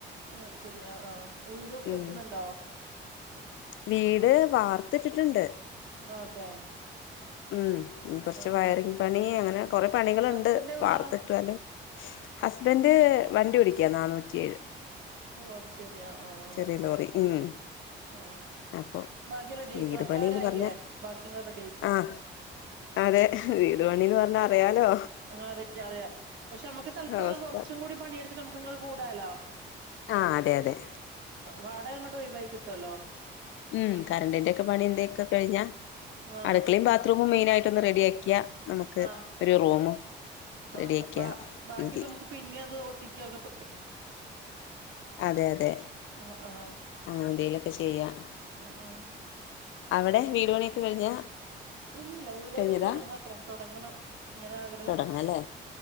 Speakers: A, on the right; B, on the left.
A: ഓഹ് അത് ശെരി ആ ആ വീട് വെക്ക്ന്ന്ണ്ടോ
B: ഉം വീട് വാർത്തിട്ടിട്ട്ണ്ട്
A: അതെ
B: ഉം കുറച്ച്
A: ആ
B: വയറിങ്ങ്
A: ആ
B: പണി അങ്ങനെ കൊറെ പണികളുണ്ട്.
A: ഹസ്ബൻഡ് എവിടാ
B: വാർത്തിട്ടാലും ഹസ്ബൻഡ് വണ്ടി ഓടിക്യാ നാനൂറ്റിയേഴ്.
A: ഓഹ് അത് ശെരി ആഹ് ആഹ്
B: ചെറിയ ലോറി ഉം
A: ആഹ്
B: അപ്പൊ
A: ബാക്കി റെഡിയായിക്കോളും.
B: വീട്
A: അത്ര
B: പണിന്ന്
A: പേരായില്ലേ
B: പറഞ്ഞ
A: ബാക്കിയങ്ങ് റെഡിയായിക്കോളും
B: ആഹ് അതെ വീടുപണിന്ന് പറഞ്ഞ അറിയാലോ
A: ആ അറിയാം അറിയാം പക്ഷെ നമുക്ക് തൽക്കാലം
B: അവസ്ഥ.
A: കുറച്ചും കൂടി പണിയെടുത്തിട്ട് നമുക്കങ്ങള് കൂടാലോ
B: ആഹ് അതെഅതെ
A: വാടകങ്ങോട്ട് ഒഴിവയി കിട്ടുവല്ലോ.
B: ഉം കരണ്ടിന്റെക്കെ പണി എന്തൊക്കെ കഴിഞ്ഞ
A: ആ
B: അടുക്കളിം ബാ - ത്റൂമ് മെയിനായിട്ടോന്ന് റെഡിയാക്കിയ. നമക്ക്
A: ആ
B: ഒരു റൂമും
A: ആ
B: റെഡി ആക്കിയ
A: ബാ ബാക്കിയൊക്കെ
B: മന്തി.
A: നമുക്ക് പിന്നെ അത് ഒട്ടിചക്കെ-
B: അതെഅതെ
A: ആഹ് ആഹ്
B: ആഹ് എന്തേലുംക്കെ ചെയ്യ-
A: ആഹ് ആഹ്
B: അവിടെ വീട്പണിയൊക്കെ കഴിഞ്ഞ
A: ഇൽല്ല വീടോണി
B: കഴിഞ്ഞതാ
A: തുടങ്ങണം അത്ര തുടങ്ങണം ഇങ്ങനെ അക-
B: തുടങ്ങണല്ലേ